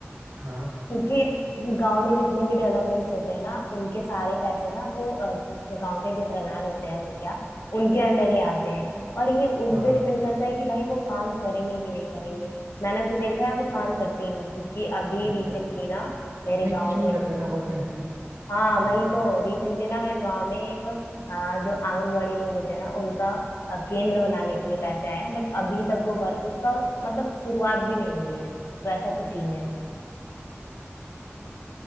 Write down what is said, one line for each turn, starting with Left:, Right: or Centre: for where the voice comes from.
Right: हाँ
Left: क्योंकि गांव में जितने भी डेवलपमेंट्स होते हैं ना उनके सारे पैसे ना वो गांव के जो प्रधान होते हैं मुखिया उनके अंडर ही आते हैं और ये उन
Right: हाँ
Left: पे डिपेंड करता है कि भाई वो काम करेंगे कि नहीं करेंगे मैंने तो देखा है वो काम करते ही नहीं क्योंकि अभी
Right: एग्जैक्टली
Left: रिसेंटली ना मेरे
Right: नहीं
Left: गांव
Right: कुछ नहीं
Left: में
Right: करते ना वो पैसे
Left: हाँ
Right: हाँ,
Left: वही तो रिसेंटली ना मेरे गांव में एक अ, जो आंगनवाड़ी लोग होते हैं ना उनका अ, केंद्र बनाने के लिए पैसे आए हैं बट अभी तक वो बन उसका मतलब शुरुआत भी नहीं हुई है तो ऐसा तो सीन है